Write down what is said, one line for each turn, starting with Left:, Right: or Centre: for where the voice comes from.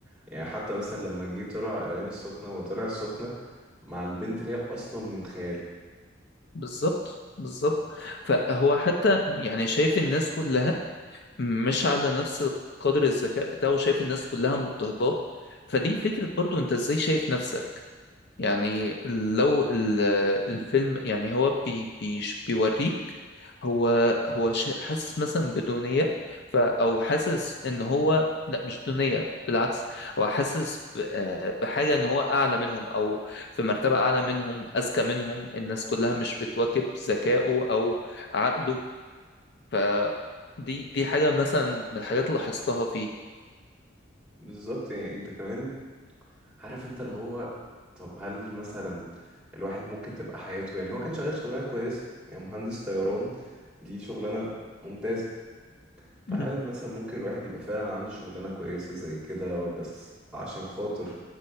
Centre: يعني حتى مثلا لما جه طلع العين السخنة هو طلع السخنة مع البنت اللي هي اصلا من خياله
Left: بالظبط بالظبط فهو حتى يعني شايف الناس كلها مش على نفس قدر الذكاء بتاعه وشايف الناس كلها مضطهداه فدي فكرة برضو انت ازاي شايف نفسك يعني لو ال- الفيلم يعني هو بي بي بيوريك هو هو شا- حاسس مثلا بدونية ف او حاسس ان هو لا مش دونية بالعكس هو حاسس ب- آه، بحاجة ان هو اعلى منهم او في مرتبة اعلى منهم اذكى منهم الناس كلها مش بتواكب ذكائه او عقله فدي دي حاجة مثلا من الحاجات اللي لاحظتها فيه
Centre: بالظبط يعني انت كمان عارف انت اللي هو طب هل مثلا الواحد ممكن تبقى حياته يعني هو كان شغال شغلانة كويسة يعني مهندس طيران دي شغلانة ممتازة فهل
Left: مم.
Centre: مثلا ممكن الواحد يبقى فعلا عنده شغلانة كويسة زي كده بس عشان خاطر